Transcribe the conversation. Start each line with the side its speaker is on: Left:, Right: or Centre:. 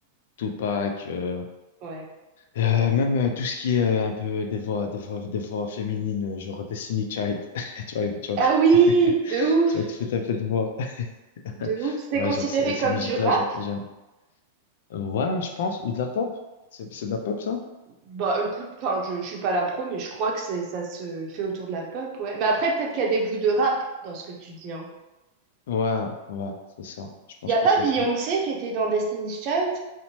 Left: Tupac, euh,
Right: Ouais.
Left: euh, même euh, tout ce qui est euh, un peu des voix, des voix, des voix féminines, euh, genre Destiny Child. <laughs> Tu vois, tu vois,
Right: Ah oui,
Left: <laughs>
Right: de ouf,
Left: tu vas te foutre un peu de voix <laughs>
Right: de ouf. C'est
Left: Ouais,
Right: considéré
Left: genre, ces, ces
Right: comme
Left: musiques-là,
Right: du rap?
Left: j'a- j'aime. Ouais, je pense, ou de la pop. C'est c'est de la pop, ça?
Right: Bah écoute, enfin je, je suis pas la pro, mais je crois que c'est ça se fait autour de la pop, ouais. Mais après peut-être qu'il y a des bouts de rap dans ce que tu dis, hein.
Left: Ouais, ouais, c'est ça. Je pense
Right: Y a
Left: que
Right: pas
Left: c'est
Right: Beyoncé
Left: ça.
Right: qui était dans Destiny's Child?